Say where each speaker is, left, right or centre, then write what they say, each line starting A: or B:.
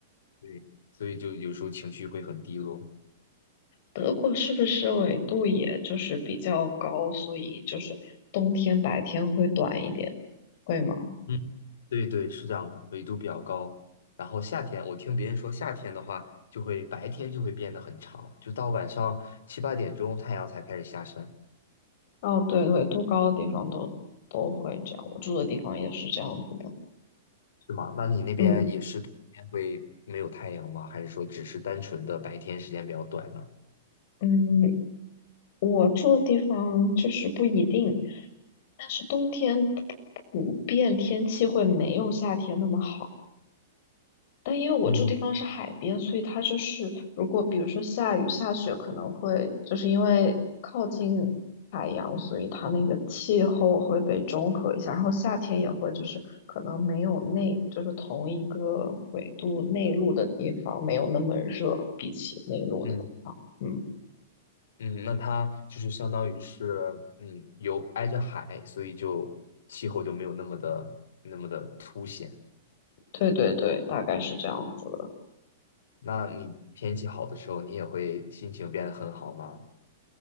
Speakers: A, on the left; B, on the left.
A: 对，所以就有时候情绪会很低落。
B: 德国是不是纬度也就是比较高，所以就是冬天白天会短一点，会吗？
A: 嗯，对对，是这样的，纬度比较高。然后夏天，我听别人说夏天的话，就会白天就会变得很长，就到晚上七八点钟太阳才开始下山。
B: 哦，对，纬度高的地方都都会这样，我住的地方也是这样子的。
A: 是吗？那你那边也是冬天会没有太阳吗？
B: 嗯
A: 还是说只是单纯的白天时间比较短呢？
B: 嗯，我住的地方就是不一定，但是冬天普遍天气会没有夏天那么好。但因为我住地方是海边，
A: 嗯
B: 所以它就是如果比如说下雨下雪，可能会就是因为靠近海洋，所以它那个气候会被中和一下。然后夏天也会就是可能没有内就是同一个纬度内陆的地方没有那么热，比起内陆的地方，
A: 嗯。
B: 嗯。
A: 嗯，那它就是相当于是，嗯，有挨着海，所以就气候就没有那么的那么的凸显。
B: 对对对，大概是这样子的。
A: 那你天气好的时候，你也会心情变得很好吗？